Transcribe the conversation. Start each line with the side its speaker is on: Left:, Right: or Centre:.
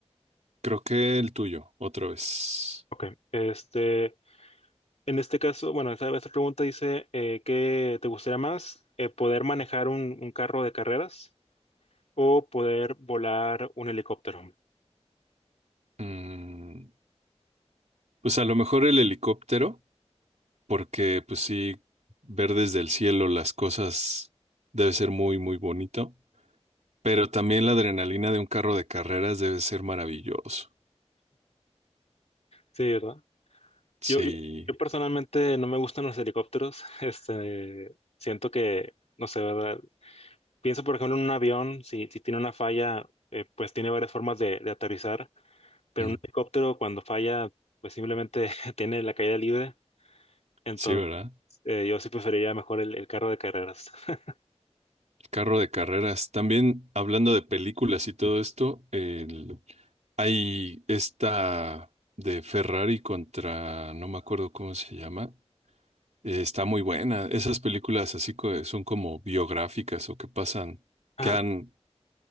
Right: Creo que el tuyo, otra vez.
Left: Ok, este, en este caso, bueno, esta, esta pregunta dice, eh, ¿qué te gustaría más? Eh, ¿poder manejar un, un carro de carreras o poder volar un helicóptero?
Right: Mm, pues a lo mejor el helicóptero, porque pues sí, ver desde el cielo las cosas debe ser muy, muy bonito. Pero también la adrenalina de un carro de carreras debe ser maravilloso.
Left: Sí, ¿verdad?
Right: Sí.
Left: Yo, yo personalmente no me gustan los helicópteros. <laughs> Este, siento que, no sé, ¿verdad? Pienso, por ejemplo, en un avión, si, si tiene una falla, eh, pues tiene varias formas de, de aterrizar, pero
Right: mm.
Left: un helicóptero cuando falla, pues simplemente <laughs> tiene la caída libre. Entonces,
Right: Sí, ¿verdad?
Left: eh, yo sí preferiría mejor el, el carro de carreras. <laughs>
Right: El carro de carreras. También hablando de películas y todo esto, el- hay esta de Ferrari contra, no me acuerdo cómo se llama. Eh, está muy buena. Esas películas así co- son como biográficas o que pasan,
Left: Ah,
Right: que han,